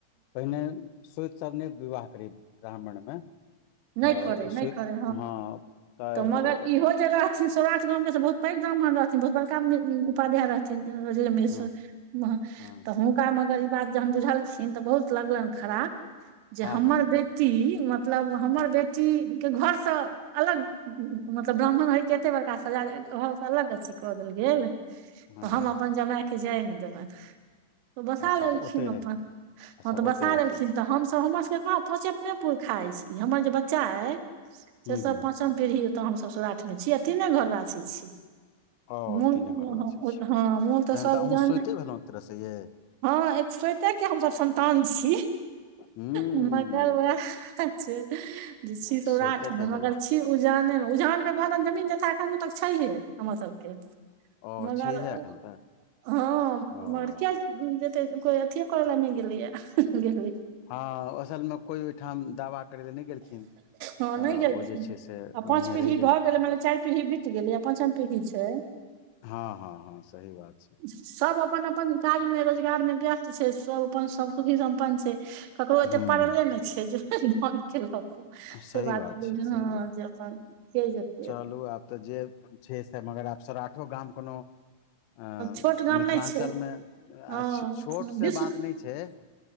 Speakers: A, on the left; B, on the right.
A: पहिने सोइत सब नै विवाह करय ब्राह्मणमे
B: नहि
A: त
B: करै
A: ओ
B: नहि
A: सोइत
B: करै
A: हँ त
B: तऽ मगर
A: ओ
B: इहो रहथिन सौराठ गामके से बहुत पैघ ब्राह्मण रहथिन बहुत बड़का इ उपाध्याय रहथिन अजय मिश्र।
A: हँ,
B: ह
A: हँ,
B: त हुनका मगर इ बात जहन बुझलखिन त बहुत लगलैन खराब जे
A: हँ,
B: हमर
A: हँ,
B: बेटी
A: हँ,
B: मतलब हमर बेटी के घरसँ अलग मतलब ब्राह्मण होय के एतेक बड़का सजा घरसँ अलग अथि कऽ देल गेल।
A: हँ,
B: त हम अपन जमाय के जैए नय देबैन। त ओ बसा
A: अच्छा
B: लेलखिन
A: तऽ ओतहि रहि
B: अपन
A: अच्छा
B: हँ त बसा
A: ओतहि राखि
B: लेलखिन
A: देलखिन
B: त हमसभ हमर सबके कहाँ पंचेमे पुरखा अय इ हमर जे बच्चा अय से -
A: हुँ,
B: से सब
A: हुँ,
B: पां पांचम पीढ़ी अतऽ हमसभ सौराठमे छी आ तीने घर वासी छी।
A: ओ
B: मुल
A: तीने घरवासी
B: हँ
A: छी
B: हं मुल त
A: तहन
B: सब
A: तऽ अहूँ
B: उजान
A: सोतिए भेलहुँ एक तरहसँ यै
B: हँ एक सोइते के हमसब संन्तान छी।
A: हुँ,
B: मगर वएह छैय जे छी सौराठमे
A: सोतिएके
B: <unintelligible>
A: भेलहुँ
B: कि उजाने मे, उजानमे कहादन जमीन जथा एखनो तक छैेहे हमर सबके।
A: ओ
B: मगर
A: छैहे एखन तक
B: हँ
A: ओ
B: उम्हर कियाकि जेते कोइ अथिए करयले नै गेलैये गेलै।
A: हँ असलमे कोइ ओयठाम दावा करय लए नै गेलखिन।
B: हँ
A: तऽ
B: नै गेलखिन
A: ओ जे छै से
B: आ
A: ओनाहिए
B: पाच पीढ़ी
A: रहि
B: भऽ गेलै मतलब चाइर पीढ़ी बीत गेलै आ पाँचम पीढ़ी छैय।
A: हँ- हँ- हँ सही बात छैय।
B: सब अपन -अपन काजमे, रोजगारमे व्यस्त छैय। सब अपन समृद्धी सम्पन्न छैय। ककरो एते
A: ह
B: पड़ले नै छै जे के लऽ के
A: सही
B: से बात बुझलौं
A: छै सही बात
B: तखनके जेतै।
A: चलू आब त जे छैय से मगर आब सौराठो गाम कोनो अ
B: छोट गाम
A: मिथिलाञ्चलमे
B: नहि छै
A: आ
B: हँ
A: छोट से
B: विश्व
A: बात नै छैय